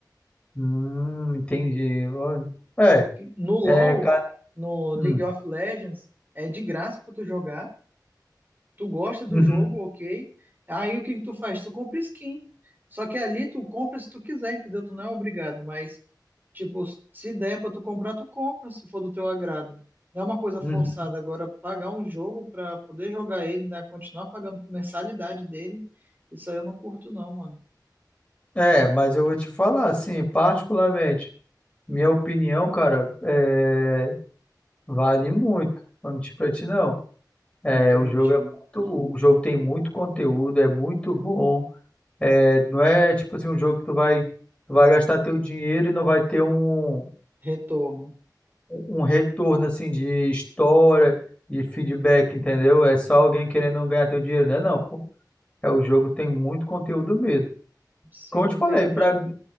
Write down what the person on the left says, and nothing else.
Hum, entendi. Ó, É,
é, cara.
Hum,
uhum,
uhum.
É, mas eu vou te falar, assim, particularmente, minha opinião, cara, é, vale muito. Não vou mentir pra ti, não. É,
o jogo é muito, o jogo tem muito conteúdo, é muito bom. É, não é tipo assim um jogo que tu vai, tu vai gastar teu dinheiro e não vai ter um,
um retorno assim de história, de feedback, entendeu? É só alguém querendo ganhar teu dinheiro, né? Não, pô. É, o jogo tem muito conteúdo mesmo.
Como eu te falei,
pra,